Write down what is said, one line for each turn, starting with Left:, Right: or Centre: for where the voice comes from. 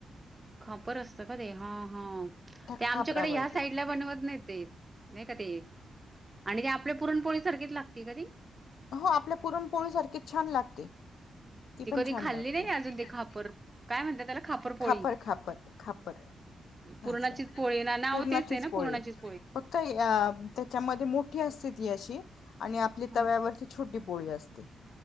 Right: खापर असतं का ते? हा, हा
Left: त्या
Right: ते
Left: खापरावरती
Right: आमच्याकडे ह्याच साईड
Left: या
Right: ला बनवत नाहीत ते, नाही का ते आणि ते आपल्या पुरणपोळी सारखीच लागते का ती?
Left: हो आपल्या पुरणपोळी सारखी छान लागते. ती पण
Right: कधी
Left: छान
Right: खाल्ली
Left: लागते.
Right: नाही
Left: तुम्ही
Right: अजून ते
Left: खाल्लेली
Right: खापर
Left: का
Right: काय म्हणतात त्याला खापरपोळी
Left: ती? खापर काय म्हणतात? खापर-खापर
Right: पुरणाचीच
Left: असं
Right: पोळी ना नाव
Left: पूरणाचीच
Right: तेच नाही ना
Left: पोळी,
Right: पुरणाचीच
Left: फक्त त्याच्यामध्ये मोठी अस ते ती अशी, आणि आपली
Right: हा
Left: तव्यावरती छोटी पोळी असते.